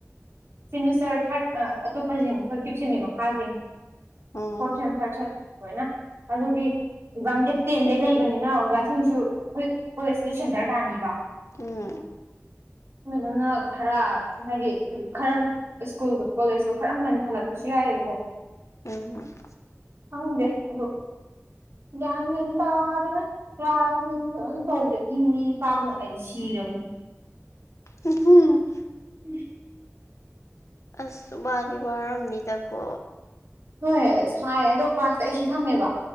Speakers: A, on the right; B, on the left.
A: ꯁꯤꯦꯃꯤꯁꯇꯔ ꯊꯥꯔꯠ ꯑꯇꯣꯞꯄꯁꯤꯡ ꯑꯩꯈꯣꯏ ꯐꯤꯞꯁꯤꯟꯒꯤ ꯃꯈꯥꯥꯁ
B: ꯎꯝ
A: ꯐꯣꯔ ꯁꯦꯟ ꯊꯥꯔꯠ ꯍꯦꯟ ꯍꯣꯏꯅ ꯑꯗꯨꯒꯤ ꯑꯦꯛꯖꯥꯝ ꯗꯦꯗ ꯇꯦꯟꯗꯩ ꯂꯩꯕꯅꯤꯅ ꯑꯣꯖꯥꯁꯤꯡꯁꯨ ꯑꯩꯈꯣꯏ ꯀꯣꯂꯦꯖꯁꯤꯗ ꯁꯦꯟꯇꯔ ꯇꯥꯅꯤꯕ
B: ꯎꯝ
A: ꯑꯗꯨ ꯑꯗꯨꯅ ꯈꯔ ꯍꯥꯏꯗꯤ ꯈꯔ ꯁ꯭ꯀꯨꯜꯗꯣ ꯀꯣꯂꯦꯖꯇꯣ ꯈꯔ ꯍꯟꯅ ꯍꯜꯂꯛꯄꯁꯨ ꯌꯥꯏꯑꯕꯀꯣ
B: ꯎꯝ
A: ꯍꯪꯗꯦ ꯑꯗꯨꯗꯣ ꯒ꯭ꯌꯥꯟ ꯃꯝ ꯇꯥꯗꯅ ꯀ꯭ꯂ ꯇꯧꯕ ꯏ ꯄꯥꯕꯅ ꯑꯩ ꯁꯤ ꯅꯤ
B: ꯎꯝ
A: ꯎꯝ
B: ꯑꯁꯕꯥꯗꯤ ꯋꯥꯔꯝꯅꯤꯗꯀꯣ
A: ꯍꯣꯏ ꯍꯣꯏ ꯁꯥꯏꯌꯦ ꯑꯗꯣ ꯀ꯭ꯂꯥꯁꯇ ꯑꯩ ꯁꯤ ꯊꯝꯃꯦꯕ